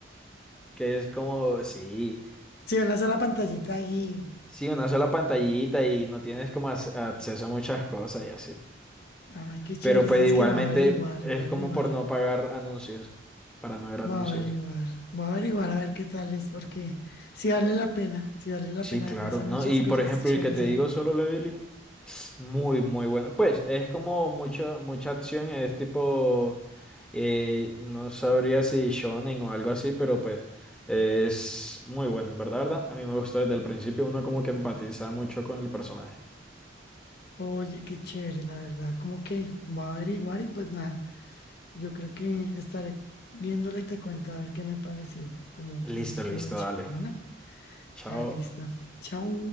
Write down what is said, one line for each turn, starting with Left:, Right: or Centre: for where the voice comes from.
Centre: Que es como, sí,
Left: Si van a hacer la <laughs> pantallita ahí.
Centre: sí, una sola pantallita y no tienes como ac- acceso a muchas cosas y así.
Left: Ay, qué chévere.
Centre: Pero pues
Left: Sabes
Centre: igualmente
Left: que va a averiguar,
Centre: es
Left: va a averiguar.
Centre: como por no pagar anuncios, para no ver anuncios.
Left: Va a averiguar, va a averiguar a ver qué tal es, porque si vale la pena, si vale la
Centre: Sí,
Left: pena.
Centre: claro,
Left: Además, hay
Centre: ¿no?
Left: muchas
Centre: Y
Left: cosas
Centre: por ejemplo,
Left: chéveres
Centre: el que te
Left: ahí.
Centre: digo, Solo Leveling, <sniffs> muy, muy bueno. Pues es como mucha, mucha acción, es tipo. Eh, no sabría si shonen o algo así, pero pues es muy bueno, en verdad, ¿verdad? A mí me gustó desde el principio, uno como que empatiza mucho con el personaje.
Left: Oye, qué chévere, la verdad. Como que va a averiguar y pues nada. Yo creo que estaré viéndola y te cuento a ver qué me pareció, cómo,
Centre: Listo,
Left: cómo estuvo
Centre: listo,
Left: hecha.
Centre: dale.
Left: Bueno,
Centre: Chao.
Left: ah, listo. Chao.